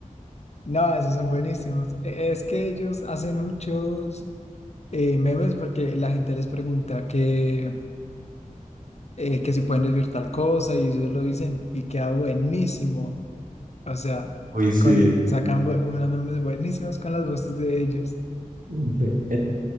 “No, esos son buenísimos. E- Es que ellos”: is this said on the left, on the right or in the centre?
Left